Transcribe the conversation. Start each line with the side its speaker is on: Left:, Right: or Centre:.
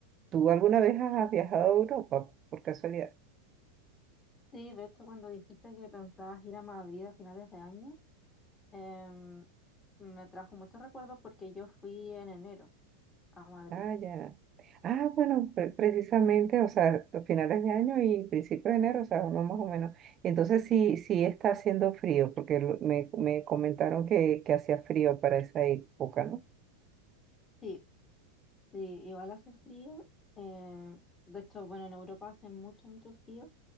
Right: ¿Tú alguna vez has viajado a Europa por casualidad?
Left: Sí, de hecho, cuando dijiste que pensabas ir a Madrid a finales de año, em, me trajo muchos recuerdos porque yo fui en enero a Madrid.
Right: Ah, ya. Ah, bueno, pre- precisamente, o sea, a finales de año y principios de enero, o sea, uno más o menos. Entonces sí, sí está haciendo frío, porque lo- me, me comentaron que, que hacía frío para esa época, ¿no?
Left: Sí, sí, igual hace frío. em, de hecho, bueno, en Europa hace mucho, mucho frío.